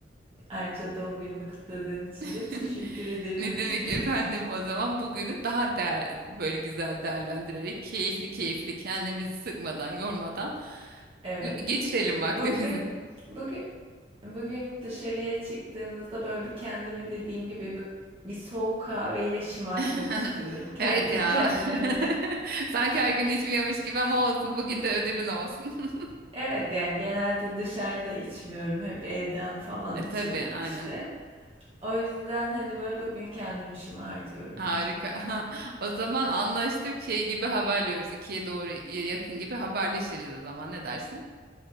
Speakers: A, on the right; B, on the right.
A: ayrıca doğum günümü kutladığın için
B: <laughs>
A: de teşekkür ederim.
B: Ne demek
A: <laughs>
B: efendim o zaman bugünü daha değer, böyle güzel değerlendirerek keyifli keyifli kendimizi sıkmadan yormadan
A: Evet.
B: yo- geçirelim vaktimizi.
A: Bugün bugün bugün dışarıya çıktığımızda böyle bir kendimi dediğim gibi bir, bir soğuk kahveyle şımartmak
B: <laughs>
A: istiyorum. Kendi
B: Evet ya.
A: <laughs> kendime.
B: <laughs> Sanki
A: <laughs>
B: her gün içmiyormuş gibi ama olsun. Bugün de ödülün olsun. <laughs>
A: Evet yani genelde dışarıda içmiyorum. Hep evden falan
B: E
A: içiyorum
B: tabii aynen.
A: işte. O yüzden hani böyle bugün kendim işimi artıyorum
B: Harika. <laughs> O zaman anlaştık. Şey gibi haberliyoruz. ikiye doğru yakın gibi haberleşiriz o zaman. Ne dersin?